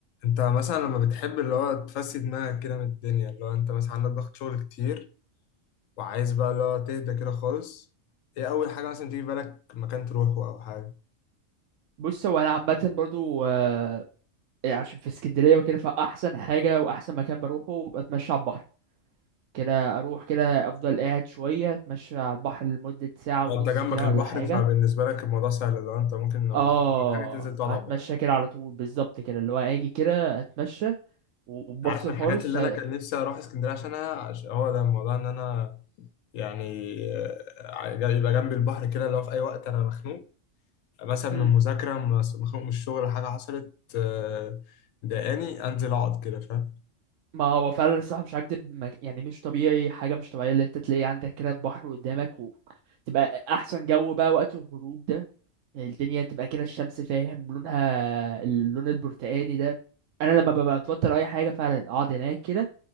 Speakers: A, on the left (about 80°); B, on the right (about 75°).
A: انت مثلا لما بتحب اللي هو تفسي دماغك كده من الدنيا اللي هو انت مثلا عندك ضغط شغل كتير وعايز بقى اللي هو تهدى كده خالص ايه اول حاجة مثلا تيجي في بالك مكان تروحه او حاجة
B: بص هو انا عامه برضو آه، إيه، عشان في اسكندريه وكده فاحسن حاجه واحسن مكان بروحه بتمشى على البحر كده اروح كده افضل قاعد شويه اتمشى على البحر لمده ساعه ونص
A: لو انت جنبك
B: كده
A: البحر
B: ولا حاجه
A: فبالنسبة لك الموضوع سهل اللي هو انت ممكن لو
B: اه
A: مخنوق من حاجة تنزل تقعد
B: اتمشى
A: على البحر
B: كده على طول بالظبط كده اللي هو اجي كده اتمشى وبفصل
A: انت عارف من الحاجات
B: خالص
A: اللي انا كان نفسي اروح اسكندرية عشانها عش- هو ده الموضوع ان انا يعني آه، يبقى جنبي البحر كده اللي هو في اي وقت انا مخنوق مثلا
B: امم
A: من مذاكرة مس- مخنوق من الشغل حاجة حصلت آه، مضايقاني انزل اقعد كده فاهم
B: ما هو فعلا الصراحة مش هكدب ما- يعني مش طبيعي حاجة مش طبيعية اللي انت تلاقي عندك كده البحر قدامك وتبقى أحسن جو بقى وقت الغروب ده يعني الدنيا تبقى كده الشمس فاهم لونها اللون البرتقاني ده أنا لما ببقى متوتر أي حاجة فعلا أقعد هناك كده